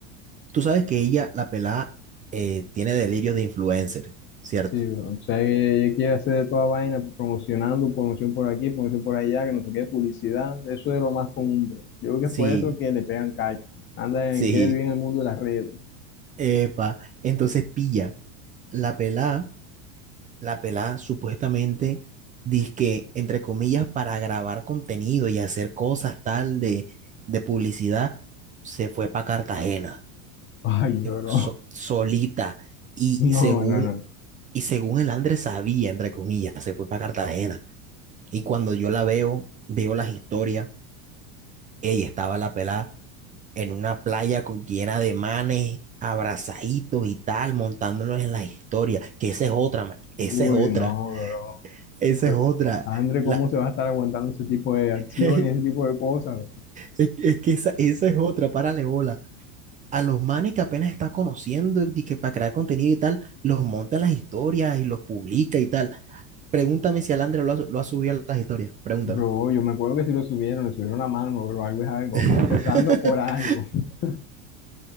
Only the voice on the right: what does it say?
tú sabes que ella, la pelada, eh, tiene delirios de influencer, ¿cierto?
Sí,
<laughs> sí,
epa. Entonces pilla, la pelada la pelada supuestamente dizque, entre comillas, para grabar contenido y hacer cosas tal de, de publicidad, se fue para Cartagena,
se
fu- so-
solita, y
según,
y según el Andrés sabía, entre comillas, se fue para Cartagena. Y cuando yo la veo, veo las historias, ella estaba la pelada en una playa con, llena de manes, abrazaditos y tal, montándolos en las historias, que esa es otra, man,
esa es otra.
Esa
es otra.
La,
<laughs> es,
es que esa, esa es otra, párale bola. A los manes que apenas está conociendo y que para crear contenido y tal, los monta en las historias y los publica y tal. Pregúntame si Alandra lo ha, lo ha subido a las historias. Pregúntame.
<laughs>